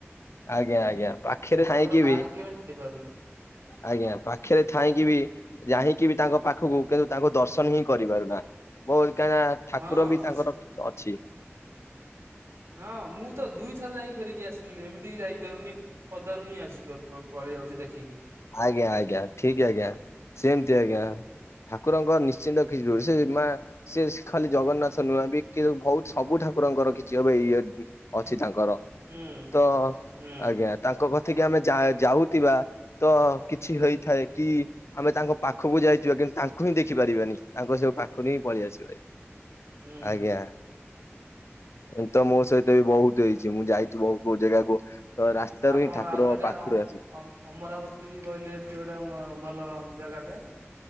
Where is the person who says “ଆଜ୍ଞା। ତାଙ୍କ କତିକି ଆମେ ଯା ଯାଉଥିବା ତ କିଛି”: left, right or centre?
Left